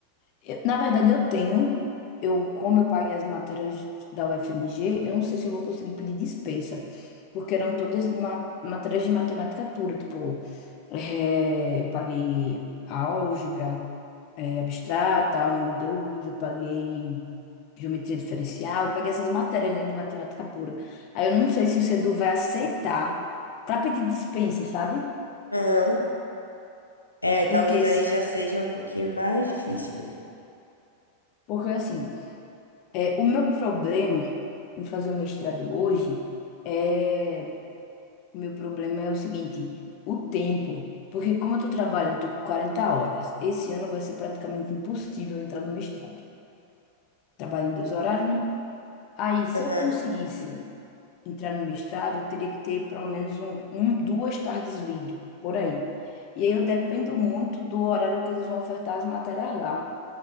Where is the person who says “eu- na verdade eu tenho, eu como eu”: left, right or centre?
Left